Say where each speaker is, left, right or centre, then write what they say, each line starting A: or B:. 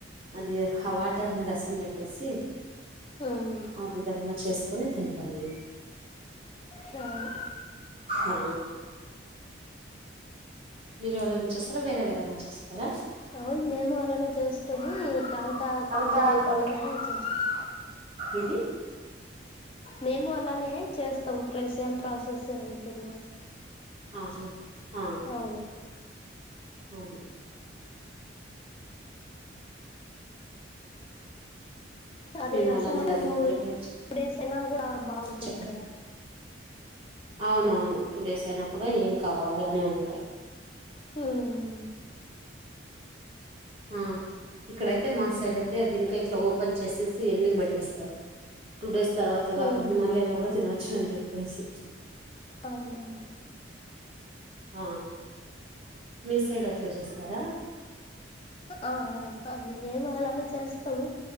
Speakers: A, on the right (about 30°); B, on the left (about 30°).
A: అది హ వాటర్ని రసం బెట్టేసి
B: ఉమ్,
A: ఆ విధంగా చేస్కొని తింటాం మేమ్.
B: కాదు
A: ఆ మీరు అలనే చేస్తారా వేరే విధంగా చేస్తారా.
B: అవును మేము అలానే చేస్తాము ఇంకా అంత్ తా
A: అంతా
B: కంప్లీట్ అయిపోయినక
A: కొం
B: చేస్తాం
A: ఇది
B: మేము అలానే చేస్తాం ప్రా సేమ్ ప్రొసెస్సే ఉంటంది మాది.
A: ఆహా ఆ
B: అవును
A: అవును
B: అదే
A: మేము
B: రసం
A: అలానే
B: అ
A: దాన్ని
B: టూ
A: ప్రిపేర్
B: టూ డేస్ అయినా కూడా బాగుంటుంది
A: చెప్పండి
B: కదా
A: అవునవును టూ డేస్ అయినా కూడ ఎంకావు అలనే ఉంటాయి
B: ఉమ్,
A: ఆ ఇక్కడైతే మా సైడ్ అయితే అది ఇంకా ఇట్లా ఓపెన్ చేసేసి ఎండకి పెట్టేస్తారు టూ డేస్ తర్వాతగా
B: ఉమ్,
A: కొన్ని మళ్ళిఅయినా కూడా తినొచ్చు అని చెప్పేసి
B: అవునవును
A: ఆ మీ సైడ్అట్లేచేస్తారా
B: ఆ అ అవును మేము అలానే చేస్ త్తమ